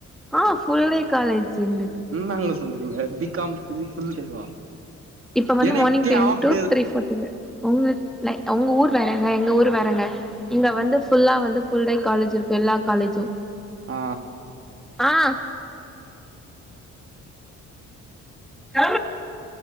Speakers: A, in the centre; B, on the right.
A: ஆஹ் ஃபுல் டே காலேஜ் எங்
B: ன்னாங்க சொல்றிங்க பி காமு க்கு ஃபுல் டே வா
A: இப்ப வந்து
B: எனக்கே
A: மார்னிங் டென்
B: ஆஃப்
A: டு த்ரீ ஃபார்ட்டிக்கு உங்க லைக் உங்க ஊர் வேறேங்க எங்க ஊர் வேறேங்க இங்க வந்து ஃபுல்லா வந்து ஃபுல் டே காலேஜ் இருக்கு எல்லா காலேஜு
B: ஆ
A: ஆ ஆ